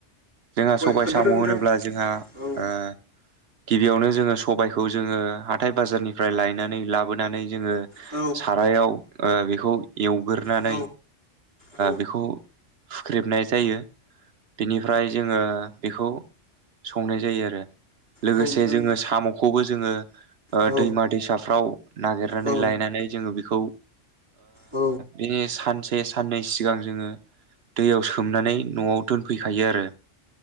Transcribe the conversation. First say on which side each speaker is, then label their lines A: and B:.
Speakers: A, on the right; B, on the right.
A: जोंहा सबाय
B: खोन्थादो
A: साम'
B: नोंथां
A: होनोब्ला जोंहा
B: औ
A: ओ गिबियावनो जोङो सबायखौ जोङो हाथाय बाजारनिफ्राय लायनानै लाबोनानै जोङो
B: औ
A: सारायाव बेखौ एवग्रानै
B: औ औ
A: बेखौ हुख्रेबनाय जायो बेनिफ्राय ओमफ्राय जोङो बेखौ संनाय जायो आरो। लोगोसे
B: औ नोंथां
A: जोङो साम'खौबो जोङो
B: औ
A: दैमा दैसाफ्राव नागिरनानै
B: औ
A: लायनानै जोङो बेखौ
B: औ
A: बिनि सानसे साननै सिगां जोङो दैयाव सोमनानै न'आव दोनफैखायो आरो